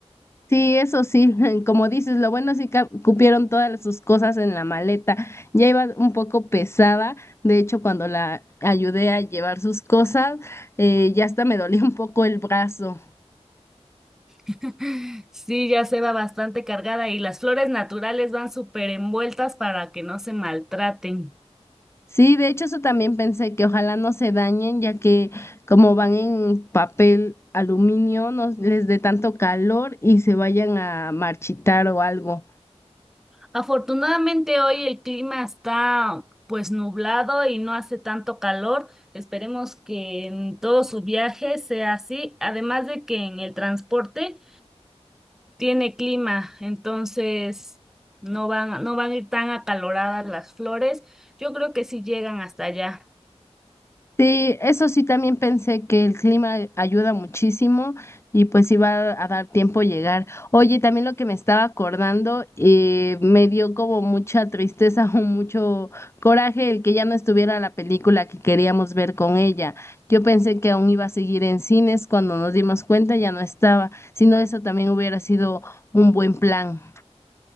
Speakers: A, on the left; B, in the centre.
A: Sí, eso sí, <laughs> como dices, lo bueno sí que cupieron todas sus cosas en la maleta. Ya iba un poco pesada, de hecho cuando la ayudé a llevar sus cosas, eh, ya hasta me dolía un poco el brazo.
B: <laughs> Sí, ya se va bastante cargada y las flores naturales van súper envueltas para que no se maltraten.
A: Sí, de hecho eso también pensé que ojalá no se dañen, ya que como van en papel aluminio, no les dé tanto calor y se vayan a marchitar o algo.
B: Afortunadamente hoy el clima está pues nublado y no hace tanto calor. Esperemos que en todo su viaje sea así, además de que en el transporte tiene clima, entonces no van, no van a ir tan acaloradas las flores. Yo creo que sí llegan hasta allá.
A: Sí, eso sí también pensé que el clima ayuda muchísimo y pues iba a dar tiempo llegar. Oye, también lo que me estaba acordando, eh, me dio como mucha tristeza <laughs> o mucho coraje el que ya no estuviera la película que queríamos ver con ella. Yo pensé que aún iba a seguir en cines, cuando nos dimos cuenta ya no estaba, si no eso también hubiera sido un buen plan.